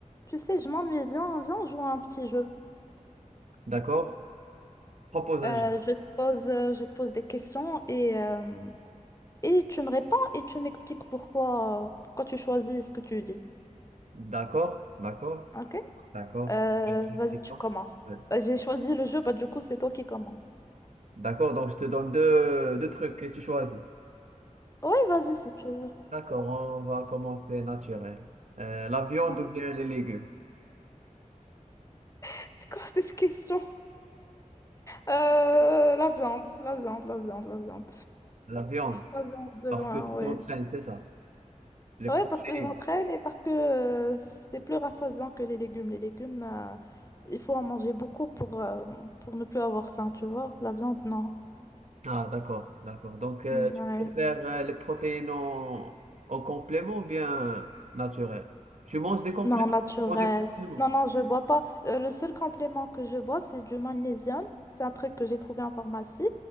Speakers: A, on the left; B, on the right.
A: Tu sais, je m'ennuie. Viens, viens, on joue à un petit jeu.
B: D'accord? Propose
A: Euh,
B: un jeu.
A: je te pose, euh, je te pose des questions et, euh, et tu me réponds et tu m'expliques pourquoi, euh, pourquoi tu choisis ce que tu dis.
B: D'accord? D'accord?
A: Ok?
B: D'accord.
A: Euh,
B: Je vais être
A: vas-y,
B: excitant.
A: tu commences.
B: Ouais.
A: Bah, j'ai choisi le jeu, bah du coup, c'est toi qui commences.
B: D'accord, donc je te donne deux, deux trucs et tu choisis.
A: Oui, vas-y, si tu veux.
B: D'accord, on va commencer naturel. Euh, la viande
A: Mhm.
B: ou bien les légumes?
A: <laughs> C'est quoi cette question? Euh, la viande, la viande, la viande, la viande.
B: La viande,
A: La viande de
B: parce
A: loin,
B: que tu
A: ouais.
B: t'entraînes, c'est ça? Les
A: Ouais,
B: protéines.
A: parce que je m'entraîne et parce que euh, c'est plus rassasiant que les légumes. Les légumes, euh, il faut en manger beaucoup pour, euh, pour ne plus avoir faim, tu vois. La viande, non.
B: Ah, d'accord, d'accord. Donc, euh,
A: Mm,
B: tu
A: Ouais.
B: préfères euh, les protéines en, en complément ou bien naturel? Tu manges des compléments?
A: Non, naturel.
B: Tu prends des compléments.
A: Non, non, je bois pas. Euh, le seul complément que je bois, c'est du magnésium. C'est un truc que j'ai trouvé en pharmacie.